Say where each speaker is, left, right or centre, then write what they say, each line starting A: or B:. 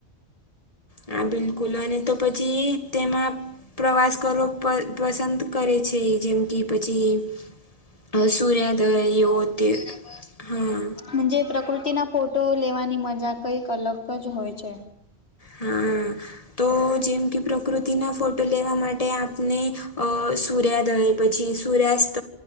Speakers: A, on the left; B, on the left.
A: હા બિલકુલ અને તો પછી તેમાં પ્રવાસ કરવો પ પસંદ કરે છે જેમ કી પછી હ સૂર્યાદયો હો તે જ હમ્મ.
B: હાજે પ્રકૃતિના ફોટો લેવાની મજા કંઈક અલગ જ હોય છે.
A: હમ્મ, તો જેમ કે પ્રકૃતિના ફોટો લેવા માટે આપને અ સૂર્યાદય પછી સૂર્યાસ્ત